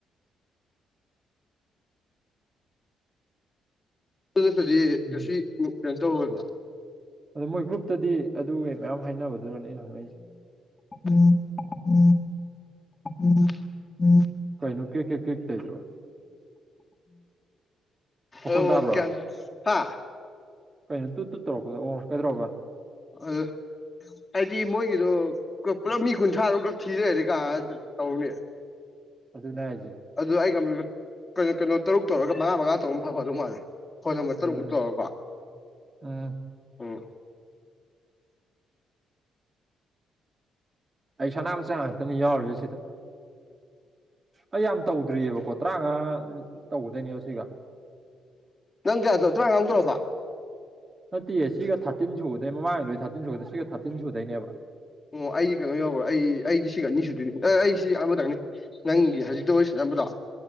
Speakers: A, on the left; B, on the right.
A: ꯑꯗꯨ ꯅꯠꯇꯗꯤ
B: ꯎꯝ
A: ꯀꯩꯁꯨ ꯀꯩꯅꯣ ꯇꯧꯔꯣꯏꯕ
B: ꯑꯗꯣ ꯃꯣꯏ ꯒ꯭ꯔꯨꯞꯇꯗꯤ ꯑꯗꯨ ꯃꯌꯥꯝ ꯍꯥꯏꯅꯕ ꯑꯗꯨꯅꯅꯤ ꯑꯩꯅ ꯍꯪꯉꯛꯏꯁꯦ
A: ꯎ ꯎ ꯎꯝ ꯎ
B: ꯀꯥꯏꯅ‌ꯣ ꯀ‌ꯦ ꯀꯦ ꯀ‌ꯦ ꯇꯧꯏꯗꯨꯕ‌ꯣ ꯃꯈꯣꯟ
A: ꯑ ꯑꯣꯒ
B: ꯇꯥꯕ꯭ꯔꯣ
A: ꯒꯌꯥꯟ ꯍꯥ
B: ꯀꯩꯅꯣ ꯇꯨ ꯇꯨꯠ ꯇꯧꯔꯛꯄꯗꯣ ꯑꯣ ꯀꯩꯗ꯭ꯔꯣꯕ
A: ꯑ ꯍꯥꯏꯗꯤ ꯃꯣꯏꯒꯤꯗꯣ ꯄꯨꯂꯞ ꯃꯤ ꯀꯨꯟꯊ꯭ꯔꯥꯗ ꯊꯤ ꯂꯩꯔꯗꯤ ꯑꯗꯨ ꯇꯧꯅꯤ
B: ꯑꯗꯨꯅꯦ ꯍꯥꯏꯁꯦ
A: ꯑꯗꯨ ꯑꯩꯝꯕꯤ ꯀꯩꯅꯣ ꯀꯩꯅꯣ ꯇꯔꯨꯛ ꯇꯧꯔꯒ ꯃꯉꯥ ꯃꯉꯥ ꯇꯧꯕꯟ ꯐꯗꯧ ꯃꯥꯜꯂꯦ ꯐ‌ꯣꯟ ꯅꯝꯕꯔ
B: ꯎꯝ
A: ꯇꯔꯨꯛꯃꯨꯛ ꯇꯧꯔꯒꯀꯣ
B: ꯎꯝ
A: ꯎꯝ
B: ꯑꯩ ꯁꯅꯥꯃꯆꯥ ꯉꯥꯛꯇꯅꯤ ꯌꯥꯎꯔꯤꯁꯤ ꯁꯤꯗ ꯑꯩ ꯌꯥꯝ ꯇꯧꯗ꯭ꯔꯤꯑꯕꯀꯣ ꯇꯔꯥꯃꯉꯥ ꯇꯧꯒꯗꯣꯏꯅꯦꯕ ꯁꯤꯒ
A: ꯅꯪ ꯀꯌꯥꯗꯣ ꯇꯔꯥꯥꯡꯉꯥꯡ ꯇꯧꯕ
B: ꯅꯠꯇꯦꯌꯦ ꯁꯤꯒ ꯊꯥꯔꯇꯤꯟ ꯁꯨꯕꯗꯩ ꯃꯃꯥꯡꯩꯗ ꯊꯥꯔꯇꯤꯟ ꯁꯨꯕꯗ ꯁꯤꯒ ꯊꯥꯔꯇꯤꯟ ꯁꯨꯗꯣꯏꯅꯦꯕ
A: ꯑꯣ ꯑꯩꯗꯤ ꯀꯩꯅꯣ ꯌꯧꯒꯔ‌ꯦ ꯑꯩ ꯑꯩꯗꯤ ꯁꯤꯒ ꯑꯅꯤ ꯁꯨꯗꯅꯤ ꯑꯦ ꯑꯩ ꯁꯤ ꯑꯃꯇꯪꯅꯤ ꯅꯪꯒꯤ ꯍꯧꯖꯤꯛꯇ ꯋꯥꯔꯤ ꯁꯅꯝꯕꯗꯣ